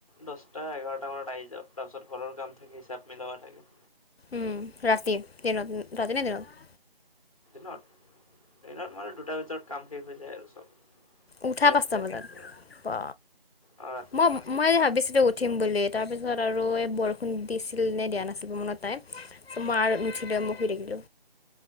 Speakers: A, on the left; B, on the left.
A: দহটা এঘাৰটা মানত আহি যাও। তাৰপিছত ঘৰ কাম থাকে হিচাপ মিলাব লগা থাকে।
B: উম, ৰাতি? দিনত ৰাতি নে দিনত?
A: নত দিনত মানে দুটা বিতৰত কাম শেষ হৈ যায় আৰু চব
B: উঠা
A: গেছ
B: পাঁচটা
A: চেছ
B: বজাত?
A: মিলোৱা
B: অ,
A: আৰু ৰাতিপুৱা
B: মই
A: পাঁচটা
B: মই ভাবিছিলো উঠিম বুলি তাৰপিছত আৰু এই বৰষুণ দিছিল নে দিয়া নাছিল মনত তাই চ' মই আৰু নুঠিলে মই শুই থাকিলোঁ।